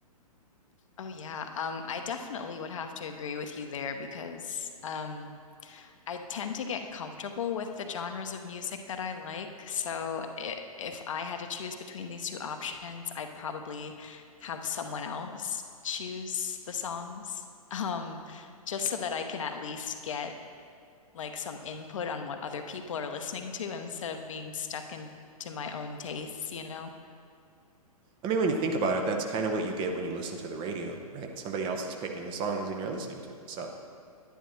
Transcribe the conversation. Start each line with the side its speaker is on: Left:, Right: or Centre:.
Left: Oh yeah. Um, I definitely would have to agree with you there because um, I tend to get comfortable with the genres of music that I like. So i if I had to choose between these two options, I'd probably have someone else choose the songs, <laughs> um, just so that I can at least get like some input on what other people are listening to instead of being stuck into my own tastes, you know?
Right: I mean, when you think about it, that's kind of what you get when you listen to the radio, right? Somebody else is picking the songs and you're listening to them. So